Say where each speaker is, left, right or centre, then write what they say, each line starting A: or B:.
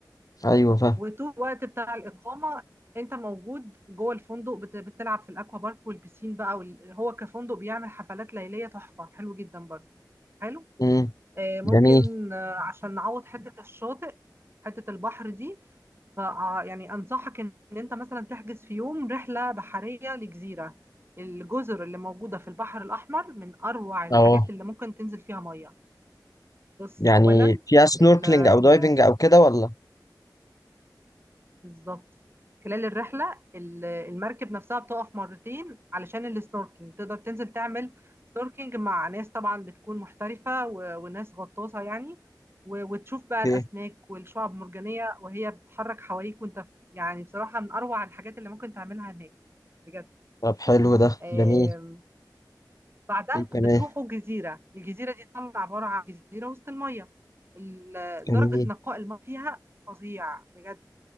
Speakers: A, on the left (about 55°); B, on the right (about 30°).
A: ايوه فاهم
B: وطول الوقت بتاع الإقامة أنت موجود جوه الفندق بت- بتلعب في الأكوا بارك والبسين بقى وال... هو كفندق بيعمل حفلات ليلية تحفة حلو جدا برضو حلو
A: مم.
B: آه ممكن
A: جميل
B: آه عشان نعوض حتة الشاطئ حتة البحر دي ف آه، يعني أنصحك إن أنت مثلا تحجز في يوم رحلة بحرية لجزيرة الجزر اللي موجودة في البحر الأحمر من أروع الحاجات
A: اه
B: اللي ممكن تنزل فيها مية بص
A: يعني
B: أولا
A: فيها سنوركلينج
B: ال- ال-
A: او دايفنج او كده ولا
B: بالظبط خلال الرحلة ال- المركب نفسها بتقف مرتين علشان السنوركينج تقدر تنزل تعمل سنوركينج مع ناس طبعا بتكون محترفة و- وناس غطاسة يعني و- وتشوف بقى الأسماك
A: ايه
B: والشعب المرجانية وهي بتتحرك حواليك وانت في يعني بصراحة من أروع الحاجات اللي ممكن تعملها هناك بجد
A: طب حلو ده
B: آم،
A: جميل
B: بعدها
A: ايه كمان
B: بتروحوا جزيرة الجزيرة دي طبعا عبارة عن جزيرة وسط المية ال-
A: جميل
B: درجة نقاء الماء فيها فظيع بجد